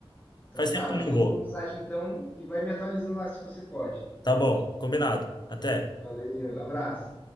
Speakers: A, on the left; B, on the left.
A: Então
B: Faz tempo
A: tá,
B: que
A: eu te
B: eu
A: mando
B: não vou.
A: mensagem então e vai me atualizando lá se você pode.
B: Tá bom, combinado. Até.
A: Valeu, abraço.